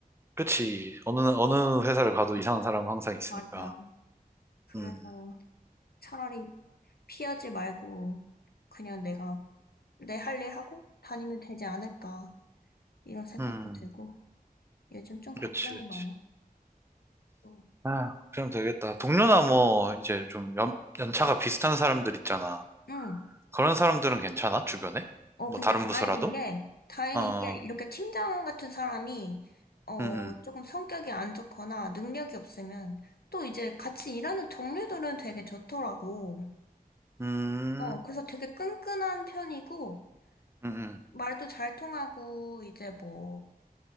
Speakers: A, on the right; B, on the left.
A: 그치. 어느, 어느 회사를 가도 이상한 사람은 항상 있으니까.
B: 맞아. 그래서
A: 음,
B: 차라리 피하지 말고 그냥 내가 내 할 일 하고 다니면 되지 않을까 이런 생각도
A: 음,
B: 들고 요즘 좀 걱정이
A: 그치, 그치.
B: 많아. 어.
A: 아, 걱정되겠다. 동료나 뭐, 이제 좀 연, 연차가 비슷한 사람들 있잖아.
B: 응.
A: 그런 사람들은 괜찮아? 주변에?
B: 어
A: 뭐
B: 근데
A: 다른 부서라도?
B: 다행인 게 다행인
A: 어, 어.
B: 게 이렇게 팀장 같은 사람이 어
A: 음,
B: 조금 성격이 안 좋거나 능력이 없으면 또 이제 같이 일하는 동료들은 되게 좋더라고.
A: 음,
B: 어
A: 음,
B: 그래서 되게 끈끈한 편이고
A: 음, 음.
B: 말도 잘 통하고 이제 뭐